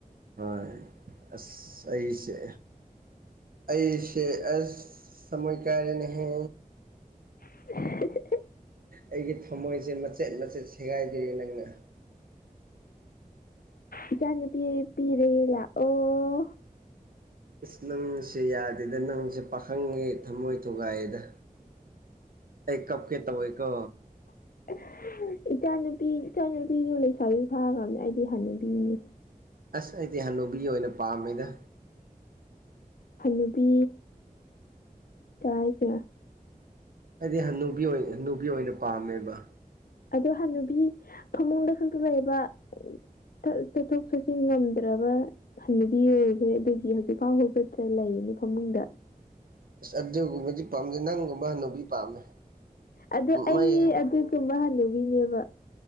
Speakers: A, on the right; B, on the left.
A: ꯍꯣꯏ ꯑꯁ ꯑꯩꯁꯦ ꯑꯩꯁꯦ ꯑꯁ ꯊꯃꯣꯏ ꯀꯥꯏꯔꯦꯅꯦꯍꯦ
B: <unintelligible>
A: ꯑꯩꯒꯤ ꯊꯝꯃꯣꯏꯁꯦ ꯃꯆꯦꯠ ꯃꯆꯦꯠ ꯁꯦꯒꯥꯏꯕꯤꯔꯦ ꯅꯪꯅ
B: ꯏꯆꯥ ꯅꯨꯄꯤ ꯄꯤꯔꯒꯦ ꯂꯥꯛꯑꯣ
A: ꯏꯁ ꯅꯪꯁꯦ ꯌꯥꯗꯦꯗ ꯅꯪꯁꯦ ꯄꯥꯈꯪꯒꯤ ꯊꯃꯣꯏ ꯊꯨꯒꯥꯏꯌꯦꯗ ꯑꯩ ꯀꯞꯀꯦ ꯇꯧꯋꯦꯀꯣ
B: <unintelligible> ꯏꯆꯥꯅꯨꯄꯤ ꯏꯆꯥꯅꯨꯄꯤꯁꯨ ꯂꯩꯁꯥꯕꯤ ꯐꯥꯈ꯭ꯔꯝꯅꯦ ꯑꯩꯗꯤ ꯍꯥꯅꯨꯕꯤꯅꯤ
A: ꯑꯁ ꯑꯩꯗꯤ ꯍꯟꯅꯨꯕꯤ ꯑꯣꯏꯅ ꯄꯥꯝꯃꯤꯗ
B: ꯍꯅꯨꯕꯤ ꯇꯥꯢꯁꯦ
A: ꯍꯥꯏꯗꯤ ꯍꯟꯅꯨꯕꯤ ꯑꯣꯏ ꯍꯟꯅꯨꯕꯤ ꯑꯣꯏꯅ ꯄꯥꯝꯃꯦꯕ
B: ꯑꯗꯣ ꯍꯟꯅꯨꯕꯤ ꯐꯃꯨꯡꯗ ꯈꯛꯇ ꯂꯩꯕ ꯆꯠ ꯆꯠꯊꯣꯛ ꯄꯁꯨ ꯉꯝꯗ꯭ꯔꯕ ꯍꯟꯅꯨꯕꯤ ꯑꯣꯢꯒ꯭ꯔꯦ ꯑꯗꯨꯒꯤ ꯍꯧꯖꯤꯛꯐꯥꯎ ꯍꯧꯒꯠꯇ ꯂꯩꯔꯤꯅꯤ ꯐꯃꯨꯡꯗ
A: ꯑꯁ ꯑꯗꯨꯒꯨꯝꯕꯗꯤ ꯄꯥꯝꯗꯦ ꯅꯪꯒꯨꯝꯕ ꯍꯅꯨꯕꯤ ꯄꯥꯝꯃꯦ
B: ꯑꯗꯣ ꯑꯩ
A: ꯃꯥꯏ
B: ꯑꯗꯨꯒꯨꯝꯕ ꯍꯅꯨꯕꯤꯅꯦꯕ